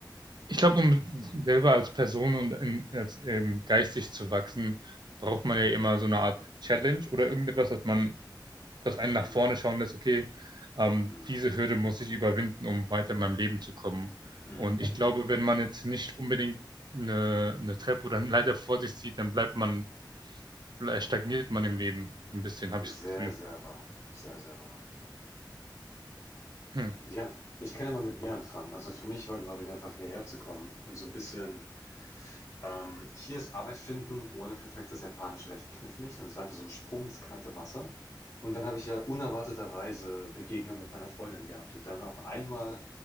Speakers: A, on the right (about 65°); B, on the left (about 40°).
A: Ich glaube, um selber als Person und in, als, ähm, geistig zu wachsen, braucht man ja immer so eine Art Challenge oder irgendetwas, dass man, dass einen
B: Mm,
A: nach vorne schauen lässt, okay, ähm,
B: mm,
A: diese Hürde muss ich überwinden, um weiter in meinem Leben zu kommen.
B: mm.
A: Und ich glaube, wenn man jetzt nicht unbedingt eine, eine Treppe oder eine Leiter vor sich sieht, dann bleibt man, ble- stagniert man im Leben ein bisschen, habe
B: Sehr,
A: ich das Gefühl.
B: sehr warm, Sehr, sehr warm.
A: Hm.
B: Ja, ich kann ja mal mit mir anfangen. Also für mich war, glaube ich, einfach hierher zu kommen und so ein bisschen, ähm, hier ist Arbeit finden ohne perfektes Japanisch recht knifflig. Und es war einfach so ein Sprung ins kalte Wasser. Und dann habe ich ja unerwarteterweise Begegnung mit meiner Freundin gehabt. Und dann auf einmal